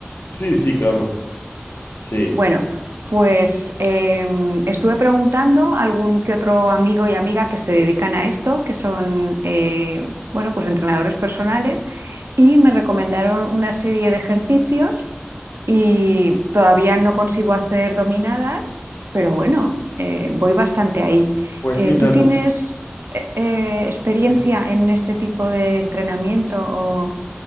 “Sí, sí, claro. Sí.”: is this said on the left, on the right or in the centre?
Left